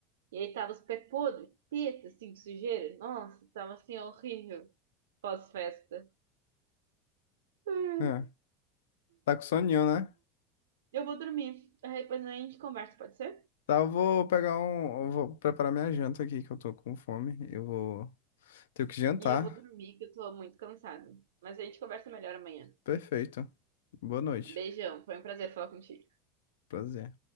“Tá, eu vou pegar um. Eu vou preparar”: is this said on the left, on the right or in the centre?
Left